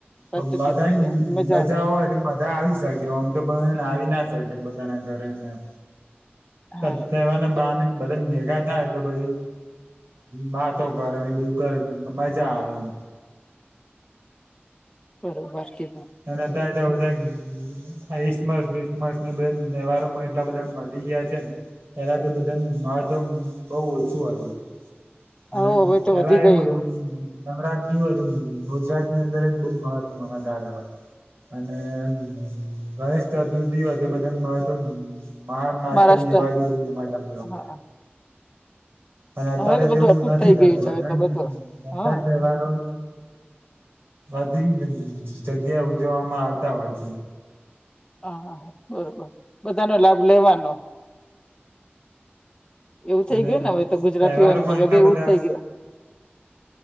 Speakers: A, on the left; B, on the right.
A: સાચું
B: બધા
A: કીધું તે મજા
B: ને રજા
A: આવે
B: હોય બધા આવી શકે ઓમ તો ને આવી ના શકે એમ બધાના ઘરે ને એમ ત
A: હા
B: તેહવાર ને
A: બરોબર
B: બાને બધા ભેગા થાય તો પછી માતો ઘર અને બધું ઘર મજા આવે એમ
A: બરોબર <inaudible>
B: <unintelligible> હા ઈસમસ વિસમસ ને બધા તહેવારોમાં એટલા બધા વધી ગયા છે. પેલાથી બધા ને મા તો બો ઓછું હતું પેલા
A: હવ
B: એમ કે
A: હવે તો
B: પેલા
A: વધી
B: એવું
A: ગયું
B: હતું. નવરાત્રી હોય તો ગુજરાત ની અંદર બો મહત્વ વઘારે હોય. અને એમ ગણેશ ચતુર્થી હોય તે બધા <unintelligible> મહા નાશતા
A: મહારાષ્ટ્ર
B: એ બાજુ બ ઉ <unintelligible>
A: હા
B: અને અત્યારે
A: હવે તો
B: તેવું
A: બધું અટું
B: નથી
A: જ થઈ
B: થતું
A: ગયું છે
B: અત્યારે
A: હવે તો બધું
B: બધા
A: હા
B: જ તેવારો બધી જગ્યા ઉજવવામાં આવતા હોય છે
A: હા હા બરોબર બધાને લાભ લેવાનો એવું થઈ
B: અને
A: ગયું ને હવે તો ગુજરાતીઓને
B: તેવારો પણ
A: તો
B: એટલા
A: બધે
B: બધા
A: એવું જ થઈ ગયું